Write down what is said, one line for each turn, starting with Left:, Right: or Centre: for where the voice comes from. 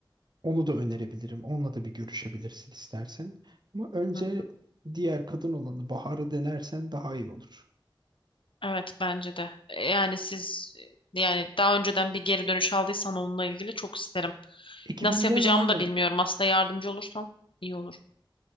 Right: onu da önerebilirim. Onunla da bir görüşebilirsin istersen. Ama önce
Left: Hı hı.
Right: diğer kadın olanı Bahar'ı denersen daha iyi olur.
Left: Evet bence de. E, Yani siz e, yani daha önceden bir geri dönüş aldıysan onunla ilgili çok isterim.
Right: Ekibimden
Left: Nasıl yapacağımı
Right: aynen.
Left: da bilmiyorum. Aslında yardımcı olursan iyi olur.